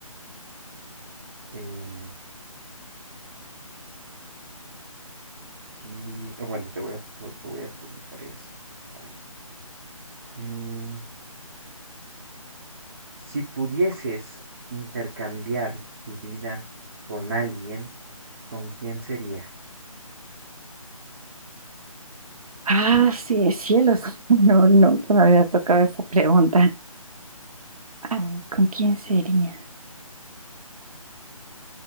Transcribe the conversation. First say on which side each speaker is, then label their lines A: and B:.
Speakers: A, on the right; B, on the right.
A: em, sí, eh, bueno, te voy a, te voy a preguntar esto. ¿no? Mm, si pudieses intercambiar tu vida con alguien, ¿con quién sería?
B: Ah, sí, cielos. <laughs> No, nunca me había tocado esa pregunta. Ah, ¿con quién sería?